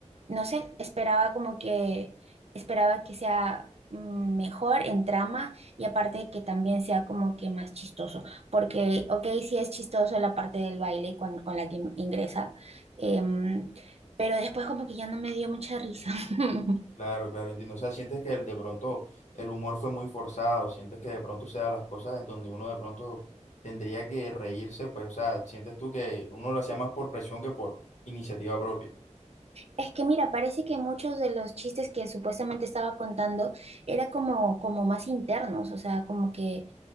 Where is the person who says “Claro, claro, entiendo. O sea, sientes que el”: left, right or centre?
Left